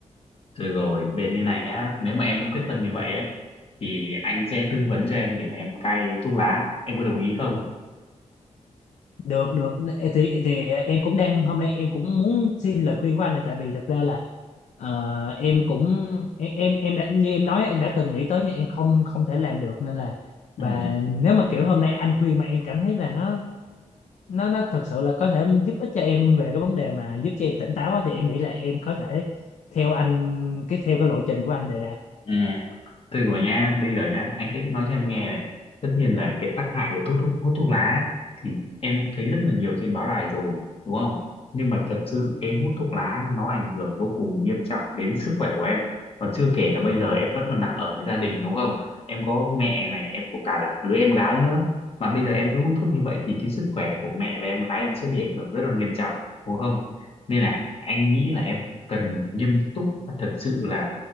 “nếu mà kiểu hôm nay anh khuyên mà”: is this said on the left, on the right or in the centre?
Left